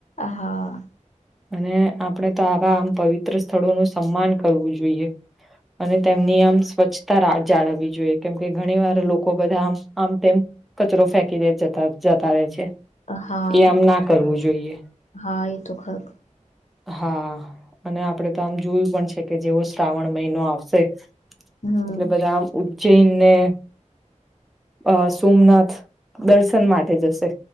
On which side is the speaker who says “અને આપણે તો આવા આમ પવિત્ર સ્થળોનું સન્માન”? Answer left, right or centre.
Centre